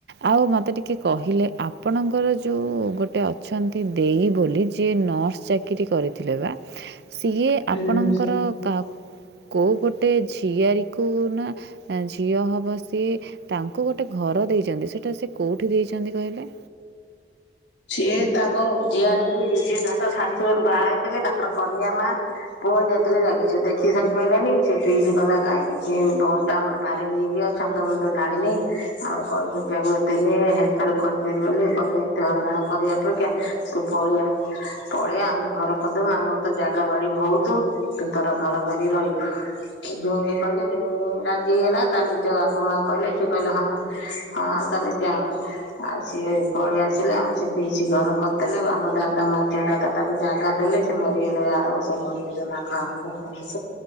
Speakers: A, on the right; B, on the left.
A: ଆଉ ମତେ ଟିକେ କହିଲେ ଆପ୍ ଆପଣଙ୍କର ଯଉ ଗୋଟେ ଅଛନ୍ତି ଦେଇ ବୋଲି ଯିଏ ନର୍ସ ଚାକ୍ ଚାକିରି କରିଥିଲେ ବା ସିଏ
B: ହୁଁ
A: ଆପଣଙ୍କର କ କଉ ଗୋଟେ ଝିଆରୀକୁ ନା ଝିଅ ହବ ସିଏ ତାଙ୍କୁ ଗୋଟେ ଘର ଦେଇଚନ୍ତି ସେଟା ସେ କଉଠି ଦେଇଚନ୍ତି କହିଲେ?
B: ସିଏ ତାଙ୍କ ଝିଆରୀ କିି ସିଏ ତାଙ୍କ ଶାଶୁଘରୁ ବାହା ହେଇ ଥିଲେ ତାଙ୍କର କନ୍ୟା ମା ପୁଅ ଯାଇଥିଲେ ଯାହାକି ସେ ଦେଖି ସହି ପାଇଲେନି ସେ ପିଇସି ଗଲା କାଇଁକି ସେ ଭଉଣୀଟା ଆମର ଭାରି ନିରିହ ଛନ୍ଦମନ୍ଦ ଜାଣିନି ଆମର କଳି କଜିଆକୁ ଏ ଏତେ ନି ହେର୍ ଫେର୍ କରିପାରିବନି କହିଲେ ଏତେ ହଇରାଣ କରିବା ଅପେକ୍ଷା ତୁ ପଳେଇଆ। ପଳେଇଆ ଆମେ ଘର କରିଦବୁ ଆମର ତ ଜାଗା ବାଡି ବହୁତୁ ତୁ ତର ଘର କରି ରହିବୁ। ଜୋଇଁ ବି କହିଲେ <unintelligible> ରାଜି ହେଲା ତା ନିଜ ବାପା ମାଆଙ୍କୁ କହିଲେ ସେ କହିଲେ ହଁ ହଁ ତମେ ଯାଅ ଆଉ ସିଏ ପଳେଇ ଆସିଲେ ଆମେ ଯିବୁ। ପିଇସି ଘର କରିଦେଲେ ଆମ ଦାଦା ମଝିଆଁ ଦାଦା ତାକୁ ଜାଗା ଦେଲେ ସେ ମରିଗଲେ ଆର ବର୍ଷ ମରିଗଲେ ମା ହଁ ଫଗୁଣ ମାସ।